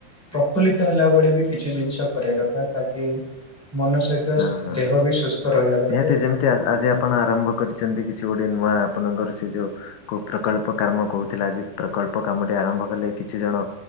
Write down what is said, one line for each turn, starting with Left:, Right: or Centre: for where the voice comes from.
Centre: ପ୍ରଫୁଲ୍ଲିତ ହେଲା ଭଳି ବି କିଛି ଜିନିଷ କରିବା କଥା ତାକି ମନ ସହିତ
Left: ହଁ ହଁ
Centre: ଦେହ
Left: ହଁ
Centre: ବି ସୁସ୍ଥ ରହିବା ଦରକାର।
Left: ନିହାତି ଯେମିତି ଆ-ଆଜି
Centre: ହୁଁ,
Left: ଆପଣ ଆରମ୍ଭ କରିଛନ୍ତି କିଛି ଗୋଟେ ନୂଆ ଆପଣଙ୍କର ସେ ଯୋଉ କୋ ପ୍ରକଳ୍ପ କାମ କହୁଥିଲା ଆଜି ପ୍ରକଳ୍ପ କାମଟି ଆରମ୍ଭ କଲେ କିଛି ଜଣ